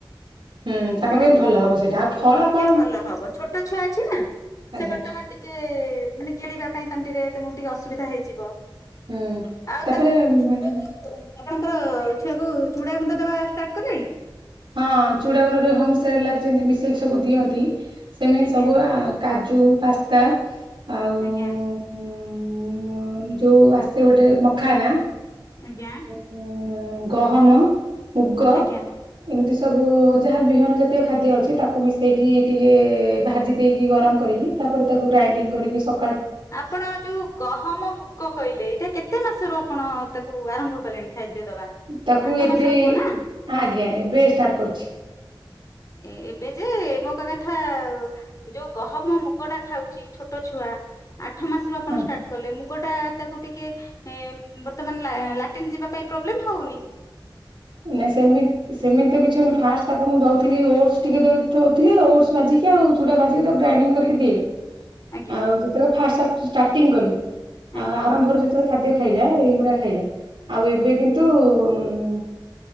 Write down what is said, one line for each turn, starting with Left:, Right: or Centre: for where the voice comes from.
Right: ହୁଁ ତାଙ୍କ
Left: ହେଲା
Right: ପାଇଁ
Left: କି
Right: ଭଲ ହବ ସେଇଟା ଆଉ ଫଳ
Left: ଟିକେ
Right: ଫଳ
Left: ଭଲ ହବ ଛୋଟ ଛୁଆ ଅଛି ନା।
Right: ଆଜ୍ଞା
Left: ସେ ବର୍ତ୍ତମାନ ଟିକେ ମାନେ ଗିଳିବା ପାଇଁ ତଣ୍ଟିରେ ତମକୁ ଟିକେ ଅସୁବିଧା ହେଇଯିବ।
Right: ହୁଁ
Left: ଆଉ
Right: ତାପରେ
Left: ତାକୁ ଛୁଆକୁ
Right: ମ୍ୟାଡାମ
Left: <unintelligible> ଆପଣଙ୍କର ଛୁଆ କୁ ଚୁଡା ଗୁଣ୍ଡ ଦବା ଷ୍ଟାର୍ଟ କଲେଣି?
Right: ହଁ ଚୂଡ଼ାାଗୁଣ୍ଡରେ ହୋମ୍ ସେରଲାଗ ଯେମିତି ମିଶେ ଇକି ସବୁ ଦିଅନ୍ତି ସେମିତି
Left: ଆଜ୍ଞା
Right: ସବୁ କାଜୁ ପାସ୍ତା ଆଉ
Left: ଆଜ୍ଞା।
Right: ଉଁ ଅଁ ଯୋଉ ଆସେ ଗୋଟେ ମଖାନା।
Left: ଆଜ୍ଞା।
Right: ଉଁ ଗହମ ମୁଗ।
Left: <unintelligible>
Right: ଏମିତି ସବୁ ଯାହା ବିହନ ଜାତୀୟ ଖାଦ୍ୟ ଅଛି ତାକୁ ମିଶେଇକି ଟିକେ ଭାଜି ଦେଇକି ଗରମ କରିକି ତାପରେ ତାକୁ ଗ୍ରାଇଣ୍ଡିଙ୍ଗ କରିକି ସ
Left: ଆପଣ ଯୋଉ ଗହମ ମୁଗ କଇଲେ ଏଇଟା କେତେ ମାସରୁ ଆପଣ ତାକୁ ଆରମ୍ଭ କଲେଣି? ଖାଦ୍ୟ ଦବା।
Right: ତାକୁ
Left: ଆଠ
Right: ଏବେ
Left: ମାସର ପୁଅ ନା
Right: ଆଜ୍ଞା ଏବେ ଷ୍ଟାର୍ଟ କରୁଚି।
Left: ଏ ଏବେ ଯେ ମୋ କ କଥା ଆଉ ଯୋଉ ଗହମ ମୁଗ ଟା ଖାଉଚି ଛୋଟ ଛୁଆ ଆଠ ମାସରୁ ଆପଣ
Right: ହଁ।
Left: ଷ୍ଟାର୍ଟ କଲେ ମୁ ମୁଗଟା ତାକୁ ଟିକେ ବର୍ତ୍ତମାନ ଲାଟି୍ରନ୍ ଯିବା ପାଇଁ ପ୍ରୋବ୍ଲେମ ହୋଉନି?
Right: ନାଇ ସେମିତି ସେମିତି ତ କିଛିହୋଉନି ଫାଷ୍ଟ ତାକୁ ମୁଁ ଦୋଉଥିଲି ଓଟ୍ସ ଟିକେ ଦୋଉଥିଲି ଓଟ୍ସ ମାଜିକି ଆଉ। ଚୁଡ଼ା ଭାଜିକି ତାକୁ ଗ୍ରାଇଣ୍ଡିଙ୍ଗ କରିକି ଦିଏ।
Left: ଆଜ୍ଞା
Right: ଆଉ ଯେତବେଳେ ଫା ଷ୍ଟାର୍ଟିଂ କଲି
Left: ଆଜ୍ଞା
Right: ଆଉ ଆରମ୍ଭରୁ ଯେତବେଳେ ଖାଦ୍ୟ ଖାଇଲା ଏଇଗୁଡା ଖାଇଲା ଆଉ ଏବେ କିନ୍ତୁ ଉ